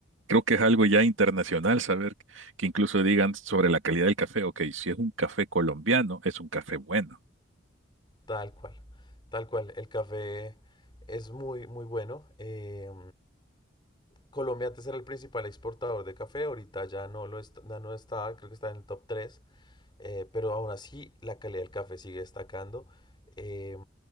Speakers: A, on the right; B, on the left.
A: creo que es algo ya internacional saber que incluso digan sobre la calidad del café. Ok, si es un café colombiano, es un café bueno.
B: tal cual, tal cual, el café es muy, muy bueno. Eh, Colombia antes era el principal exportador de café, ahorita ya no lo está, no está, creo que está en el top tres Eh, pero aún así, la calidad del café sigue destacando. Eh,